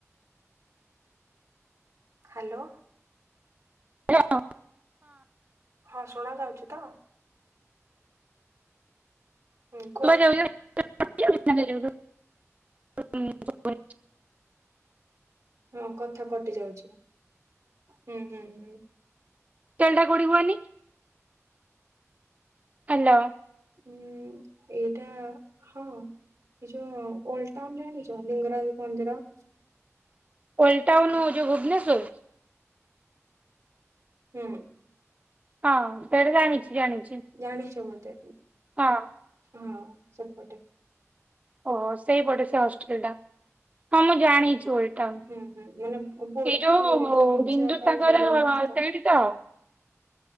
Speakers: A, on the right (about 80°); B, on the right (about 25°).
A: ହାଲୋ।
B: ହାଲୋ।
A: ହଁ ଶୁଣା ଯାଉଛି ତ? ହୁଁ କୁହ।
B: ଶୁଭାଯାଉଚୁ <inaudible> କଟି ଯାଉଚୁ ନା ସେଇ ଯୋଗୁରୁ ଶୁଭୁନି ଶୁଭୁନି କିଛି।
A: ହଁ କଥା କଟି ଯାଉଛି। ହୁଁ, ହୁଁ, ହୁଁ।
B: ଟେଲ ଟା କୋଉଠି କୁହନି? ହାଲୋ।
A: ହୁଁ, ଏଇଟା ହଁ ଏ ଯୋ ଓଲ ତାମ ଜାଣିଚ ଲିଙ୍ଗରାଜ ମନ୍ଦିର?
B: ଅଲ ଟାଉନ୍ ଯୋଉ ଭୁବନେଶ୍ଵର?
A: ହୁଁ।
B: ହଁ ସେଇଟା ଜାଣିଛି ଜାଣିଛି।
A: ଜାଣିଛ ବୋଧେ
B: ହଁ
A: ହଁ ସେପଟେ।
B: ଓହୋ! ସେଇପଟେ ସେ ହଷ୍ଟେଲ୍ ଟା। ହଁ ମୁଁ ଜାଣିଛି ଓଲଟାଉନ୍।
A: ହୁଁ ହୁଁ ମାନେ ପୁରୀ
B: ଏଇ ଯୋଉ
A: ପୁରୀ ପୁରୀ
B: ବିନ୍ଦୁ
A: ଯିବା ପାଇଁ
B: ତାଙ୍କର
A: ସେ ଯୋଉ ରାସ୍ତା
B: ସେଇଠି ତ?